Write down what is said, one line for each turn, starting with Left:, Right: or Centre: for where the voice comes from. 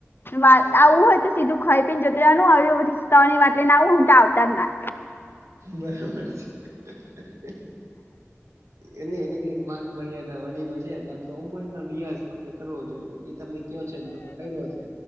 Left: આવવુ
Right: બરા
Left: હોય તો સીધુ ખાઈ પી ને જતુ રહેવાનુ આવુ રિસ્તાઓની વાત લઈને આવવુ હોય ને તો આવતાજ નહી.
Right: બરાબર છે. એ એટલે એની કઈક માન મર્યાદા વળીલો છે એટલે આમ તો ઉમર નો લિયાઝ કરવો જોઈએ એ તમે કહો છે એમ તમે કર્યો છે.